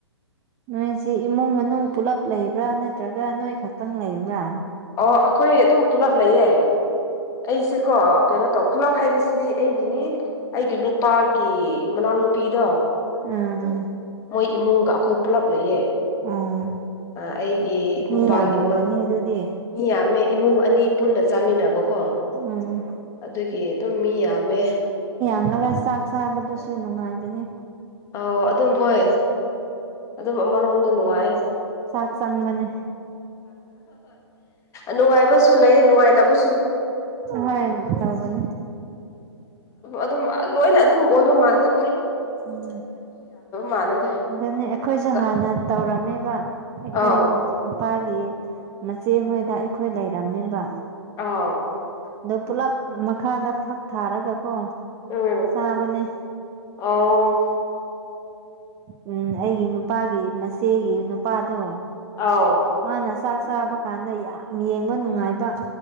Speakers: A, on the right; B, on the left.
A: ꯅꯣꯏꯁꯤꯦ ꯏꯃꯨꯡ ꯃꯅꯨꯡ ꯄꯨꯂꯞ ꯂꯩꯕ꯭ꯔꯥ ꯅꯠꯇ꯭ꯔꯒ ꯅꯣꯏ ꯈꯛꯇꯪ ꯂꯩꯕ꯭ꯔꯥ
B: ꯑꯣ ꯑꯩꯈꯣꯏ ꯑꯗꯨꯝ ꯄꯨꯂꯞ ꯂꯩꯌꯦ ꯑꯩꯁꯦꯀꯣ ꯀꯩꯅꯣ ꯇꯧ ꯀ꯭ꯂꯞ ꯍꯥꯏꯕꯁꯤꯗꯤ ꯑꯩꯒꯤ ꯑꯩꯒꯤ ꯅꯨꯄꯥꯒꯤ ꯃꯅꯥꯎꯅꯨꯄꯤꯗꯣ
A: ꯑꯝ ꯎ
B: ꯃꯣꯏ ꯏꯃꯨꯡꯒ ꯑꯩꯈꯣꯏ ꯄꯨꯂꯞ ꯂꯩꯌꯦ
A: ꯎꯝ
B: ꯑꯩꯒꯤ ꯅꯨꯄꯥꯒꯤ
A: ꯃꯤ ꯌꯥꯝꯂꯝꯒꯅꯤ
B: ꯃꯅꯥꯎ
A: ꯑꯗꯨꯗꯤ
B: ꯃꯤ ꯌꯥꯝꯃꯦ ꯏꯃꯨꯡ ꯑꯅꯤ ꯄꯨꯟꯅ ꯆꯥꯃꯤꯟꯅꯕꯣ ꯀꯣ
A: ꯎꯝ
B: ꯑꯗꯨꯒꯤ ꯑꯗꯨꯝ ꯃꯤ ꯌꯥꯝꯃꯦ
A: ꯆꯒ ꯆꯥꯛ ꯆꯥꯕꯗꯨꯁꯨ ꯅꯨꯡꯉꯥꯏꯕꯅꯤ
B: ꯑ ꯑꯗꯨꯝ ꯍꯣꯏ ꯑꯗꯨꯝ ꯑꯃꯔꯣꯝꯗ ꯅꯨꯡꯉꯥꯏ
A: ꯆꯥꯛ ꯆꯪꯕꯅꯦ
B: ꯅꯨꯡꯉꯥꯏꯕ ꯅꯨꯡꯉꯥꯏꯇꯕꯣꯝ
A: ꯍꯣꯏ ꯇꯧꯕꯅꯦ
B: ꯑꯗꯨꯝ ꯂꯣꯏꯅ ꯑꯗꯨꯝ ꯑꯣꯏꯕ ꯃꯥꯟꯅꯗ
A: ꯎꯝ
B: ꯃꯥꯜꯂꯦꯗ
A: ꯑꯗꯨꯅꯤ ꯑꯩꯈꯣꯏꯁꯨ
B: ꯑꯗꯨꯒ
A: ꯍꯥꯟꯅ ꯇꯧꯔꯝꯃꯦꯕ ꯑꯩꯈꯣꯏ
B: ꯑꯥ
A: ꯅꯨꯄꯥꯒꯤ ꯃꯆꯦ ꯍꯣꯏꯗ ꯑꯩꯈꯣꯏ ꯂꯩꯔꯝꯃꯤꯕ
B: ꯑꯥ
A: ꯑꯗꯨ ꯄꯨꯂꯞ ꯃꯈꯥꯗ ꯐꯛ ꯊꯥꯔꯒꯀꯣ
B: ꯎꯝ
A: ꯆꯥꯕꯅꯦ
B: ꯑꯣ
A: ꯎꯝ ꯑꯩꯒꯤ ꯅꯨꯄꯥꯒꯤ ꯃꯆꯦꯒꯤ ꯅꯨꯄꯥꯗꯣ
B: ꯑꯥꯎ
A: ꯃꯥꯅ ꯆꯥꯛ ꯆꯥꯕ ꯀꯥꯟꯗ ꯌꯥꯝ ꯌꯦꯡꯕ ꯅꯨꯡꯉꯥꯏꯕ